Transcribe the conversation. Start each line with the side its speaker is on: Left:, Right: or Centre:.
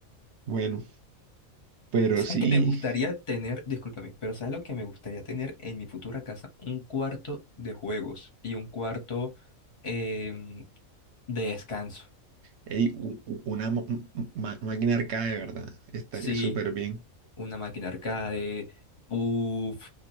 Right: Bueno, pero
Left: ¿Sabes
Right: sí,
Left: qué me gustaría tener? Discúlpame, pero ¿sabes lo que me gustaría tener en mi futura casa? Un cuarto de juegos y un cuarto em, de descanso.
Right: ey, u- u- una mo- m- ma- máquina arcade, ¿verdad? Estaría
Left: Sí,
Right: súper bien.
Left: una máquina arcade, puff,